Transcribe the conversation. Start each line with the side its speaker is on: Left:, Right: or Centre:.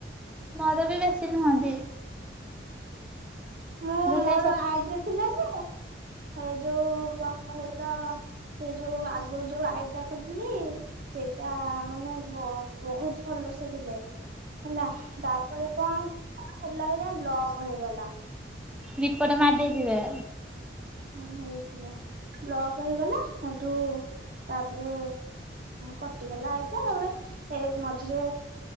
Centre: ମୋର ବି ବେଶୀ ନୁହନ୍ତି।
Right: ମୁଁ ମୋର
Centre: ସେଇ ସ
Right: ଆଇଡିରେ ଥିଲା ଯେ ଏ ଯୋଉ କଣ କହିଲ ସେ ଯୋଉ ଆଗରୁ ଯୋଉ ଆଇଡି ଟା ଖୋଲିଥିଲି। ସେଇଟା ମାନେ ବହୁତ ଫୋଲୋର୍ସ ଥିଲେ। ହେଲା ତାପରେ କଣ ହେଥିଲାବେଳେ ଯ ବ୍ଲକ ହେଇଗଲା।
Centre: ରିପଟ୍ ମାରି ଦେଇଥିବେ।
Right: ହଁ ହେଇଥିବ ବ୍ଲକ୍ ହେଇଗଲା ସେଠୁ ତାପରେ କଟିଗଲା ଆଇଟା ତାପରେ ଏ ମଝିରେ